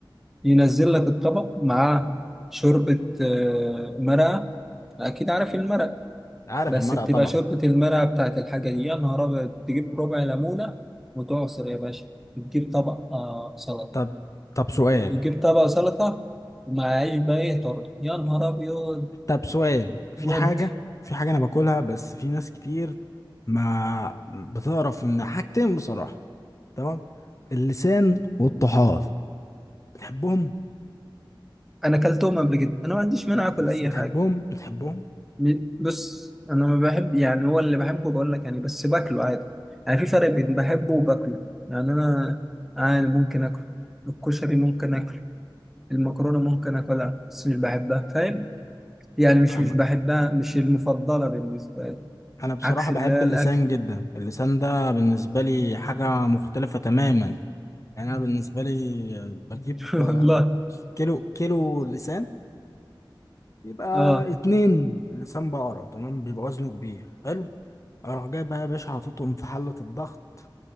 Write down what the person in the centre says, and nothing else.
ينزل لك الطبق مع شوربه آه، مرقه اكيد عارف المرق
بس
بتبقى
شوربه المرقه بتاعت الحاجه دي يا نهار ابيض تجيب ربع ليمونه وتعصر يا باشا تجيب طبق آه سلطه
يجيب طبق سلطه ومع عيش بقى ايه طرد يا نهار ابيض
ودي
انا كلتهم قبل كده انا ما عنديش مانع
اكل
اي
حاجه
م- بص انا ما بحب يعني هو اللي بحبه بقول لك يعني بس باكله عادي يعني في فرق بين بحبه وباكله يعني انا عادي ممكن اكل الكشري ممكن اكل المكرونه ممكن اكلها بس مش بحبها فاهم يعني مش
مش بحبها مش المفضله بالنسبه لي
عكس
اللي هي
الاكل
<laughs> والله
اه